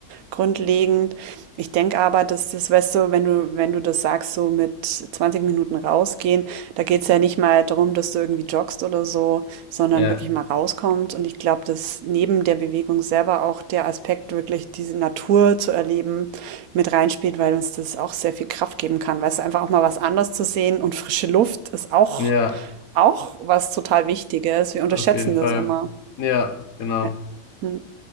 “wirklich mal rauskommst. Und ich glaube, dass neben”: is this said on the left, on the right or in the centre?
Right